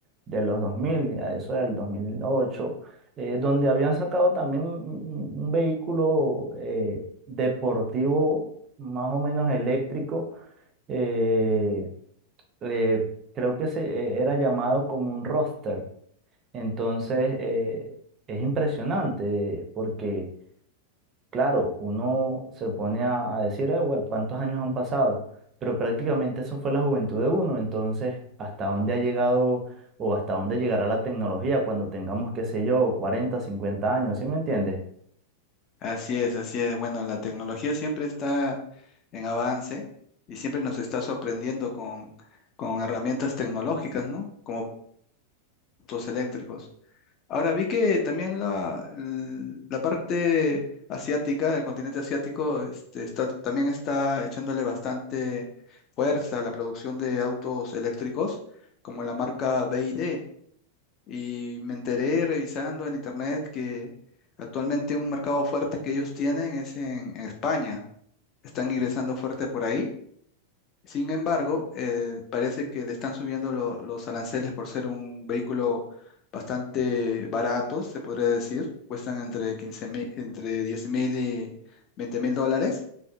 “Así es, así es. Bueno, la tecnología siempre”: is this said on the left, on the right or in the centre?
Left